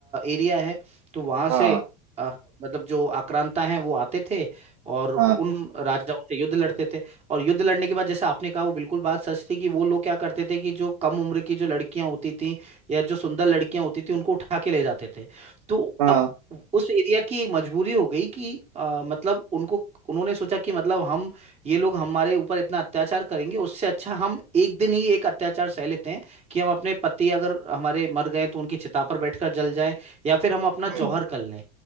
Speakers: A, on the right; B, on the right.
A: एरिया है तो वहां
B: हाँ
A: से अ, मतलब जो आक्रांता हैं वो आते थे और उन
B: हाँ
A: राजाओं से युद्ध लड़ते थे और युद्ध लड़ने के बाद जैसे आपने कहा वो बिल्कुल बात सच थी कि वो लोग क्या करते थे कि जो कम उम्र की जो लड़कियां होती थी या जो सुंदर लड़कियां होती थी उनको उठा के ले जाते थे तो
B: हाँ
A: अब उस एरिया की एक मजबूरी हो गई कि अ, मतलब उनको उन्होंने सोचा कि मतलब हम ये लोग हमारे ऊपर इतना अत्याचार करेंगे उससे अच्छा हम एक दिन ही एक अत्याचार सह लेते हैं कि हम अपने पति अगर हमारे मर गए तो उनकी चिता पर बैठकर जल जाएं या फिर हम अपना
B: हाँ,
A: जौहर कर लें